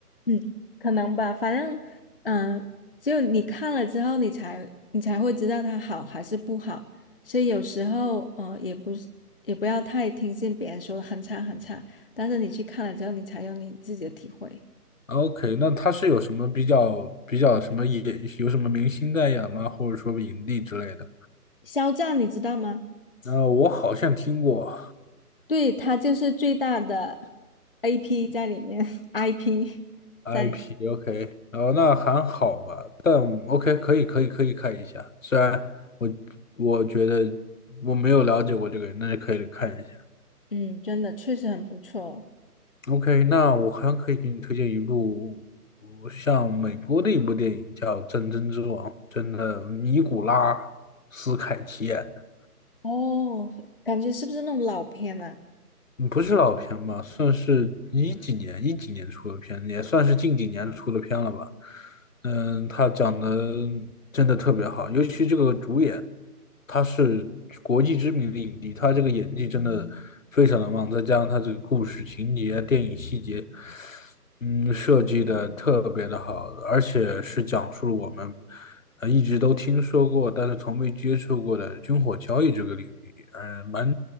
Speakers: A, on the left; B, on the left.
A: 嗯，可能吧，反正，嗯、只有你看了之后，你才你才会知道它好还是不好。所以有时候，呃，也不是也不要太听信别人说的很差很差，但是你去看了之后，你才有你自己的体会。
B: <laughs>？OK，那它是有什么比较比较什么演有什么明星代言吗？或者说影帝之类的？
A: 肖战，你知道吗？
B: 呃，我好像听过，
A: 对，他就是最大的 AP 在里面，IP <laughs>
B: IP，OK，
A: 在里，
B: 然后那还好吧，但 OK，可以，可以，可以看一下。虽然我我觉得我没有了解过这个人，但是可以看一下。
A: 嗯，真的确实很不错
B: OK，那我还可以给你推荐一部像美国的一部电影，叫《战争之王》，真的，尼古拉斯凯奇演的。
A: 哦，哦感觉是不是那种老片啊？
B: 嗯不是老片吧，算是一几年一几年出的片，也算是近几年出的片了吧。嗯，他讲的真的特别好，尤其这个主演，他是国际知名的影帝，他这个演技真的非常的棒，再加上他这个故事情节、电影细节，嗯，设计的特别的好，而且是讲述了我们呃一直都听说过，但是从未接触过的军火交易这个领域，嗯，蛮